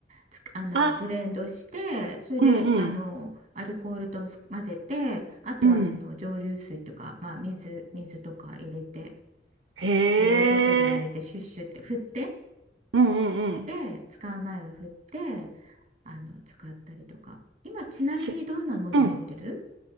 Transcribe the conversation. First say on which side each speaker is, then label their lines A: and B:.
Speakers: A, on the right (about 40°); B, on the right (about 80°).
A: つくあの、
B: あ、
A: ブレンドして、それで、
B: うんうん。
A: あの、アルコールと混ぜて、あとはその蒸留水とか、
B: うん。
A: まあ、水、水とか入れて。
B: へえ。
A: スプレーボトルに入れてシュッシュって振って
B: うんうんうん。
A: で使う前は振ってあの使ったりとか今ちなみにどんなもの持ってる
B: ち、うん。